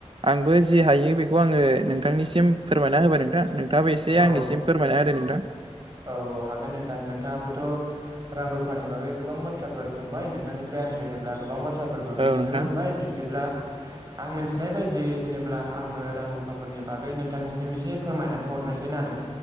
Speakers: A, on the right; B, on the right.
A: आंबो जि हायो बेखौ आङो नोंथांनि सिम फोरमायना होबाय नोंथां नोंथाङाबो एसे
B: औ
A: आंनिसिम फोरमायना होदो नोंथां
B: औ औ हागोन नोंथां नोंथाङाबोथ' रां रुफानि बागै गोबां बाथ्राफोर बुंबाय नोंथांनिफ्राय आं जेनेबा गोबां बाथ्राफोरबो मोनथिनो
A: औ नोंथां
B: मोनबाय बिब्दिब्ला आं मोनथि मिथिनाय बायदियै जेनेब्ला आंबो रां रुफाफोरनि बागै नोंथांनिसिम एसे फोरमायनानै हरनोसै ना नों